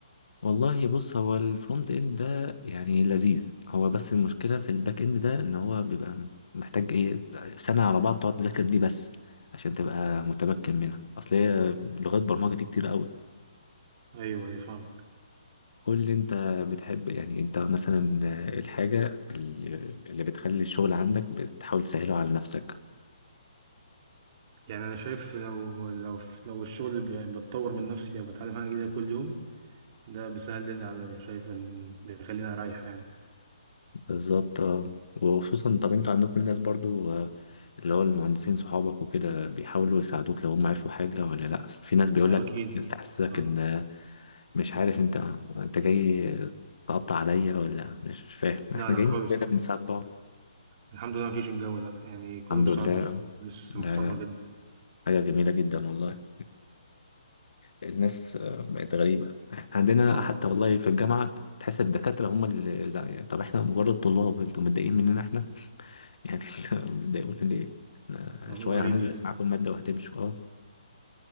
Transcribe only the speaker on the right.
ايوه ايوه فاهم
يعني انا شايف لو لو لو الشغل ب- بتطور من نفسي او بتعلم حاجه جديده كل يوم ده بيسهل الدنيا عليا شايف ان بيخليني اريح يعني
اه اكيد
اه
لا
لا
خالص
الحمد لله مفيش الجو ده يعني كله
بصعب
لسه
محترمه
جدا
اه
موضوع
غريب
بصراحه